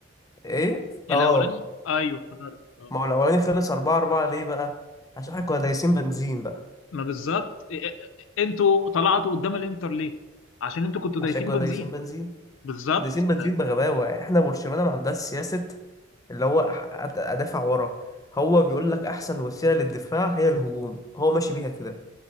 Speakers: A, on the left (about 20°); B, on the left (about 80°).
A: ايه
B: الأولاني
A: اه
B: أيوه افتكرته آه.
A: ما هو الاولاني خلص أربعة أربعة ليه بقى عشان احنا كنا دايسين بنزين بقى
B: ما بالظبط إ- إ- إ- أنتوا طلعتوا قدام الإنتر ليه؟ عشان أنتوا كنتوا
A: عشان
B: دايسين
A: كنا
B: بنزين
A: دايسين بنزين
B: بالظبط
A: دايسين بنزين بغباوة يعني احنا برشلونة ما عندهاش سياسة اللي هو أح- أد- ادافع ورا هو بيقول لك احسن وسيلة للدفاع هي الهجوم هو ماشي بيها كده